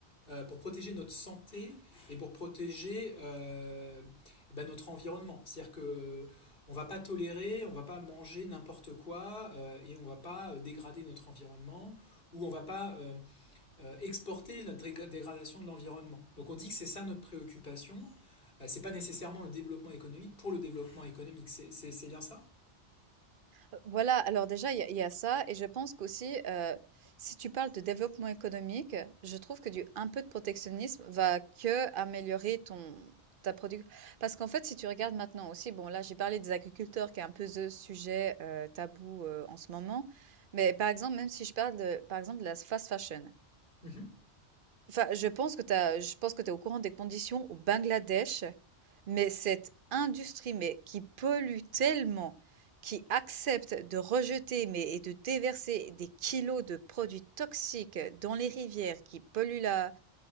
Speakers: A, on the left; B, on the right.
A: euh, pour protéger notre santé et pour protéger euh, eh ben, notre environnement. C'est-à-dire que euh, on va pas tolérer, on va pas manger n'importe quoi euh, et on va pas euh, dégrader notre environnement ou on va pas euh, euh, exporter notre dégradation de l'environnement. Donc on dit que c'est ça notre préoccupation. Bah, c'est pas nécessairement le développement économique pour le développement économique. C'est, c'est- c'est bien ça
B: Heu, voilà, alors déjà, il y a il y a ça et je pense qu'aussi, heu, si tu parles de développement économique, je trouve que du un peu de protectionnisme va que améliorer ton ta produc parce qu'en fait, si tu regardes maintenant aussi, bon, là, j'ai parlé des agriculteurs qui est un peu the sujet, heu, tabou, heu, en ce moment, mais par exemple, même si je parle de par exemple, de la fast fashion.
A: Mhm.
B: Enfin, je pense que tu je pense que tu es au courant des conditions au Bangladesh, mais cette industrie, mais qui pollue tellement, qui accepte de rejeter, mais et de déverser des kilos de produits toxiques dans les rivières, qui polluent la,